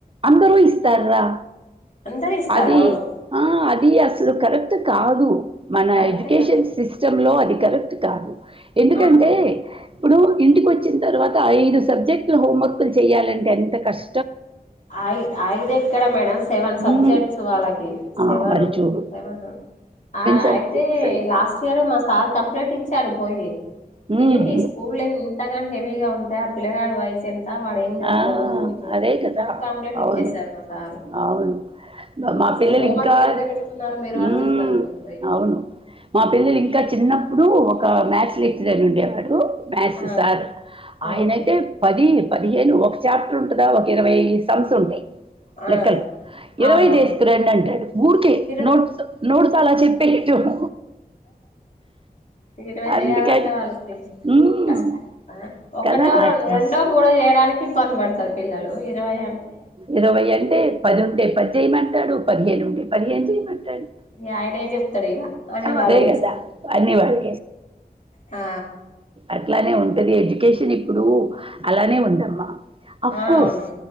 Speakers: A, on the right; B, on the left.
A: అందరూ ఇస్తార్రా
B: అందరు ఇస్తారు
A: అది
B: అవును
A: ఆ అది అసలు కరెక్ట్ కాదు మన
B: కరెక్ట్గా
A: ఎడ్యుకేషన్ సిస్ స్టం లో అది కరెక్ట్ కాదు ఎందుకంటే
B: అవును
A: ఇప్పుడు ఇంటికి వచ్చిన తర్వాత ఐదు సబ్జెక్టులు హోంవర్క్లు చెయాలంటే ఎంత కష్
B: ఐ ఐదు ఎక్కడ మేడం సెవెన్ సబ్జెక్ట్స్
A: హ్మ్.
B: వాళ్ళకి
A: ఆ!
B: సెవెన్
A: మరి చూడు
B: సెవెన్ ఆ
A: సబ్జెక్ట్స్
B: అయితే
A: అంటే
B: లాస్ట్ ఇయర్ మా సార్ కంప్లైంట్ ఇచ్చారు పోయి
A: హ్మ్.
B: ఏంటి స్కూల్ ఎన్ అంతగాని హెవీగా ఉంటాయి ఆ పిల్లగాడు వయసు ఎంత వాడు ఏం చదువుతాడు
A: ఆ! అదే కదా!
B: అనీ కంప్లట్ ఇచ్చేసారు
A: అవును.
B: మా సారు
A: అవును.
B: ఆ
A: మా
B: అసలు
A: పిల్లలు
B: హోం
A: ఇంకా
B: వర్కులు ఎందుకు బెడుతున్నారు మీరు
A: హ్మ్.
B: అని తిడతన్నడు పోయి
A: అవును. మా పిల్లలు ఇంకా చిన్నప్పుడు ఒక మ్యాథ్స్ లెక్చర్ అని ఉండేవాడు మ్యాస్
B: ఆ
A: సార్ ఆయనైతే
B: ఓకే
A: పది పదిహేను ఒక చాప్టర్ ఉంటదా ఒక ఇరవై సంమ్స్ ఉంటయి
B: ఆ
A: లెక్కలు ఇరవై
B: అవునవును
A: చేసుకర్రండి అంటడు ఊరికే
B: ఇరవై
A: నోట్స్ నోట్స్ అలా చెప్పేట్టు చెప్
B: ఇరవయ్
A: అందుకని
B: చేయాలంటే వాళ్ళకి
A: హ్మ్.
B: కష్టం ఆ ఒకటో
A: కదా!
B: రొం
A: ఆ కష్ట
B: రెండో మూడో చేయడానికి ఇబ్బంది పడతరు పిల్లలు ఇరవై అంటే
A: ఇరవై అంటే పది ఉంటే పది చేయమంటాడు పదిహేనుంటే పదిహేను చేయమంటాడు
B: ఇగ ఆయనేమి చెప్తడు ఇగ అన్ని వల్లే
A: అదే
B: చేస్తే
A: కదా అన్ని వాళ్ళు
B: ఆ.
A: అట్లనే ఉంటది ఎడ్యుకేషన్ ఇప్పుడు అలానే ఉందమ్మా. అఫ్
B: ఆ
A: కోర్స్
B: అవును